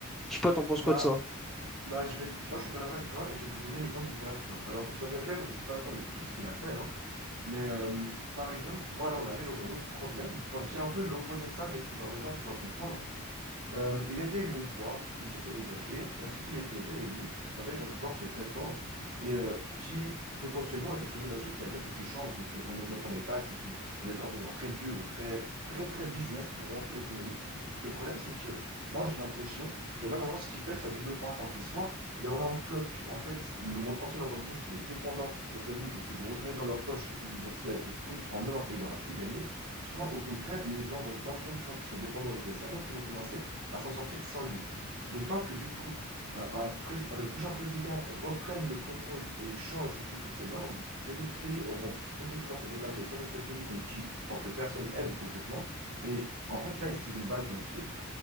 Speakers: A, in the centre; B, on the right (about 70°).
A: Je sais pas, t'en penses
B: Bah,
A: quoi de ça?
B: bah je vais... Moi, je suis pas d'accord avec toi et je vais te donner l'exemple de Donald Trump. Alors qu'on soit bien clair, je ne suis pas d'accord avec tout ce qu'il a fait. hein. Mais euh, par exemple, tu vois, là, on arrive dans un autre problème, enfin, qui est un peu l'opposé de ça, mais qui va rejoindre, tu vas comprendre. Euh, il a été élu une fois, il s'est fait dégager, et ensuite il a été réélu avec un pouvoir qui est très fort et euh, qui potentiellement était très audacieux, qui avait toutes ses chances, donc euh, en augmentant les taxes et puis en étant présent très dur et très très très business, en fait vraiment full économie. Le problème c'est que moi j'ai l'impression que là maintenant ce qu'il fait, ça double tranchant. C'est soit il y a vraiment une flotte, puis en fait le monde entier va se rendre compte qu'il est dépendant aux États-Unis, donc ils vont retourner dans leur poche et puis ils vont se faire des couilles en or et il aura tout gagné. Soit au contraire, les gens vont se rendre compte justement qu'ils sont dépendants aux USA, donc ils vont commencer à s'en sortir sans lui. Le temps que du coup euh, un pré- le prochain président reprenne le contrôle et change du coup toutes ces normes, les autres pays auront compris comment se démerder sans les États-Unis contre qui, enfin que personne aime concrètement. Et en fait là, ils se tirent une balle dans le pied.